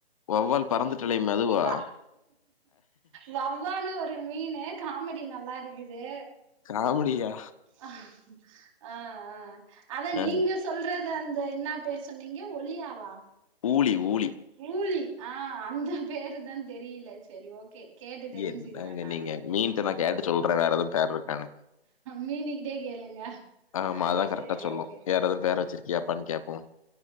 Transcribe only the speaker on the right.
வ வவ்வானு ஒரு மீனு காமெடி நல்லா இருக்குது
ஆ ஆ அத
நீங்க சொல்றது அந்த என்ன பேர் சொன்னீங்க ஒழியாவா
ஊழி ஆ அந்த பேரு தா தெரியல சரி ஓகே கேட்டு தெரிஞ்சுக்குறே
நானு
மீனு கிட்டயே கேளுங்கே
சேரி
ஓ கே